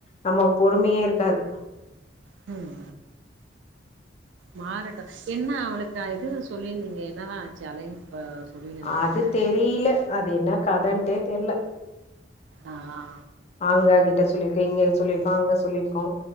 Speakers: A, on the left; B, on the right.
A: நமக்கு பொறுமையே இருக்காது
B: ம் மாறட்டு என்ன அவளுக்கு இது சொல்லியிருந்தீங்க என்ன தா ஆச்சு அலைன்சு இப்ப சொல்லின்னு இருந்தாங்களே
A: அது தெரில அது என்ன கதன்ட்டே தெர்ல
B: அ ஆ
A: ஆங்க கிட்ட சொல்லிருக்க இங்க சொல்லிருக்கோ அங்க சொல்லிருக்கோ